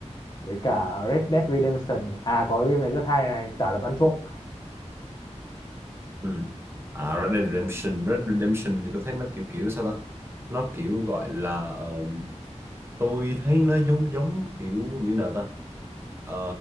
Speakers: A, on the left (about 35°); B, on the right (about 20°).
A: với cả Red Dead Redemption à có cái game này rất hay này giả lập ăn trộm
B: ừ à Red Dead Redemption Red Dead Redemption thì tôi thấy nó kiểu kiểu sao ta nó kiểu gọi là ờ, tôi thấy nó giống giống kiểu như nào ta Ờ,